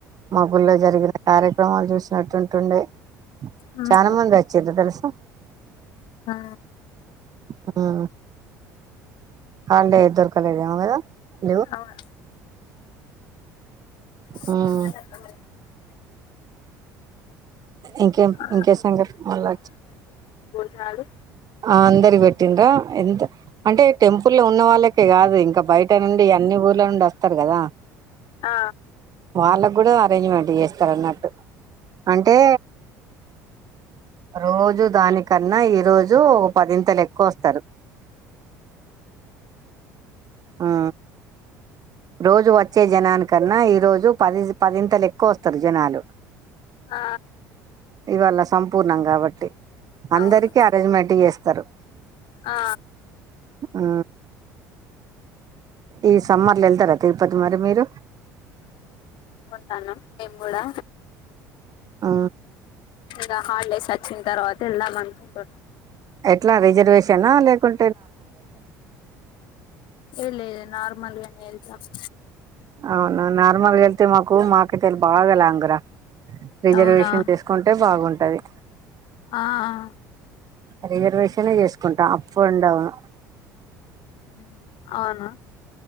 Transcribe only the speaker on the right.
మ గుళ్లో జరిగిన కార్యక్రమాలు చూసినట్టు ఉంటుండే
చానా ముంది వచ్చిర్ తెలుసా
ఉం హల్ డే దొరక లెదే మో కదా లీవు
ఉమ్ ఇంకేం
ఇంకే సంఘట్ మలచ్చ
ఆ అందరి పెట్టిన్రా ఎంత అంటే టెంపుల్లో ఉన్న వాళ్ళకే కాదు ఇం క బయట నుండి అన్ని ఊర్ల నుండి అస్తారు కదా
వాళ్ళక్ కూడా అరేంజ్మెంట్ చేస్తారున్నట్టు అంటే రోజు దానికన్నా ఈ రోజు జొ పదింతలు ఎక్కువ వస్తారు ఆ రోజు వచ్చే జనానికన్నా ఈ రోజు పది పదింతలు ఎక్కువ వస్తారు జనాలు
ఇవ్వాళ్ళ సంపూర్ణం కాబట్టి అందరికి
అరేంజ్మెంట్ చేస్తారు.
ఆ ఈ సమ్మర్ల వెళ్తారా తిరుపతి మరి మీరు?
ఆ
ఎట్లా రిజర్వేషనా లేకుం
అవును నార్మలాగేళ్తే మాకు మాకిక్కడ బాగా లాంగ్ రా రిజర్వేషన్
చేసుకుంటే బాగుంటది.
రిజర్వేషనే చేసుకుంటాం అప్ అండ్ డౌన్